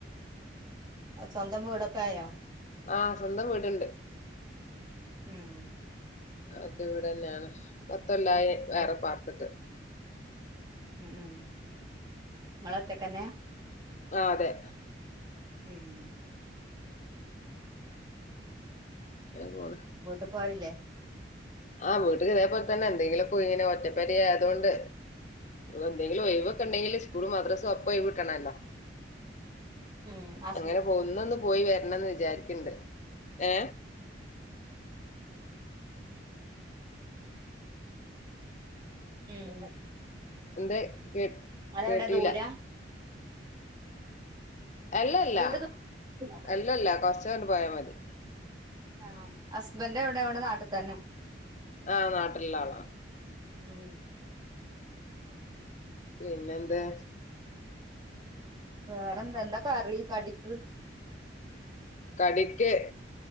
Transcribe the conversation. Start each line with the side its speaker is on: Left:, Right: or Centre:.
Right: സ്വന്തം വീടൊക്കായോ?
Left: ആഹ് സ്വന്തം വീട്ണ്ട്.
Right: ഉം.
Left: ഒറ്റ വീടന്നേണ്. പത്തൊല്ലായി
Right: ഇങ്ങൾ
Left: വേറെ പാർത്ത്ട്ട്.
Right: ഉം ഉം ഇങ്ങള് ഒറ്റക്കന്നെ.
Left: ആഹ് അതെ.
Right: ഉം.
Left: അങ്ങനെ പോണ്
Right: വീട്ട് പോലില്ലേ?
Left: ആഹ് വീട്ട്ക്ക് ഇതേപോൽ തന്നെ എന്തെങ്കിലൊക്കെ ഇങ്ങനെ ഒറ്റപ്പെര ആയതോണ്ട് എന്തെങ്കിലും ഒയിവ് ഒക്കെ ഉണ്ടെങ്കില് സ്കൂളും മദ്രസേം ഒപ്പം ഒയിവ് കിട്ടണല്ലോ
Right: <inaudible> ഹസ്
Left: അങ്ങനെ പോണ് ഇന്ന് ഒന്ന് പോയി വരണന്ന് വിചാരിക്കണ്ട് ഏ
Right: ഉം
Left: എന്ത്‌ കേ
Right: അതെവിടെ
Left: കേട്ടില്ല
Right: ദൂരാ
Left: അല്ലല്ലാ
Right: വീട് ദൂരാ
Left: അല്ലല്ലാ കൊറച്ചങ്ങണ്ട് പോയ മതി
Right: ആ ഹസ്ബന്റ് എവിടെ ഇവിടെ നാട്ടിത്തന്നെ
Left: ആ നാട്ടിലിള്ള ആള
Right: ഉം
Left: പിന്നെന്താ
Right: വേറെന്താ എന്താ കറി കടിക്ക്
Left: കടിക്ക്